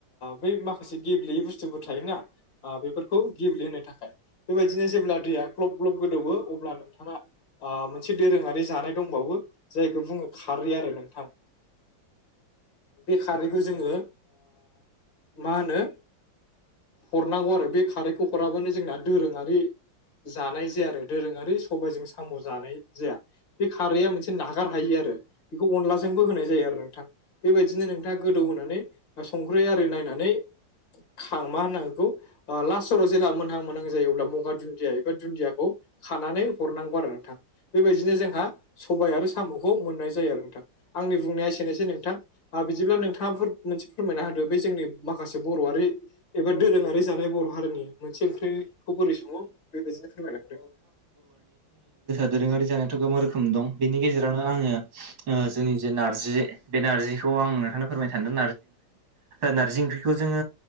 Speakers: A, on the left; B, on the right.
A: बै माखासे गेब्लेयै बुस्थुफोर थायोना बेफोरखौ गेब्लेहोनो थाखाय बेबायदिनो जेब्ला दैया ग्लब ग्लब गोदौवो अब्ला नोंथाङा मोनसे दोरोङारि जानाय दंबावो जायखौ बुङो खारै आरो नोंथां बे खारैखौ जोङो मा होनो हरनांगौ आरो बे खारैखौ हराबानो जोंना दोरोङारि जानाय जाया आरो दोरोंङारि सबायाइजों साम' जानाय जाया बे खारैया मोनसे नागार हायो आरो बेखौ अनलाजोंबो होनाय जायो आरो नोंथां बेबायदिनो नोंथांङा गोदौ होनोनानै संख्रै आरि नायनानै <unintelligible> मा होनना बेखौ लास्टराव जेब्ला मोनहां मोनहां जायो अब्ला मगा दुन्दिया एबा दुन्दियाखौ खानानै हरनांगौ आरो नोंथां बेबायदिनो जोंहा सबाय आरो साम'खौ मोननाय जायो आरो नोंथां आंनि बुंनाया एसेनोसै नोंथां बिदिब्ला नोंथांङा मोनसे फोरमायना होदो बे जोंनि माखासे बर'आरि एबा दोरोङारि जानाय बर' हारिनि मोनसे ओंख्रिखौ बोरै संङो बेबायदिनो फोरमाय हरदों
B: दोरोंङारि जानायाथ' गोबां रोखोम दं बेनि गेजेरावनो आंङो जोंनि जे नारजि बे नारजि नोंथांनो फोरमायनो सानदों नारजिंखौ ज